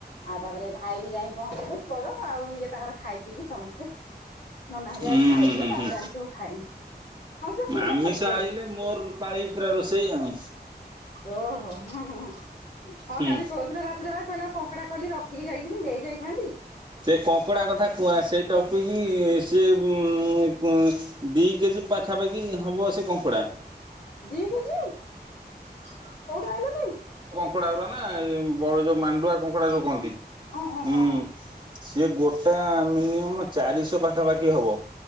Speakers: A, on the left (about 55°); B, on the right (about 25°).
A: ଆଉ ତାପରେ ଭାଇ ବି ଯାଇକି ପହଞ୍ଚିବେ ବଡ ଆଉ ଇଏ ତାଙ୍କର ଖାଇ ପିଇକି ସମସ୍ତେ ନନା ହାରିଆ
B: ହୁଁ
A: ଖାଇଦେଲେ
B: ହୁଁ
A: ତାପରେ
B: ହୁଁ।
A: ଆମେ ସବୁ ଖାଇନ୍ଡ। ହଁ ସେ କୁହେ
B: ଆମିଷ
A: ସବୁବେଳେ।
B: ଆଇଲେ ମୋର ପାଳି ପୁରା ରୋଷେଇ ଆଉ।
A: ଓହୋ ହଁ ହଁ ହଁ
B: ହୁଁ
A: କାଲି କହୁଥିଲା ରାତିରେ ବା କହିଲା ପଙ୍କ ଙ୍କଙ୍କଡା କଲି ରଖିକି ଯାଇଥିଲି ନେଇଯାଇଥାନ୍ତି।
B: ସେ ଙ୍କଙ୍କଡା କଥା କୁଆଁ ସେଇ ଟପିକି ସିଏ ବୁଁ କୁଂ ଦିକେଜି ପାଖାପାଖି ହବ ସେ ଙ୍କଙ୍କଡ଼ା।
A: ଦି କେଜି କୋଉଠୁ ଆଇଲ କି?
B: କଙ୍କଡା ଗୁରା ନା ବଡ଼ ଯୋଉ ମାଣ୍ଡୁଆ କଙ୍କଡା ଯୋଉ କହନ୍ତି
A: ହଁ ହଁ
B: ହୁଁ।
A: ହଁ ହଁ
B: ସିଏ ଗୋଟା ମିନିମମ୍ ଚାରିଶ ପାଖ ପାଖାପାଖି ହବ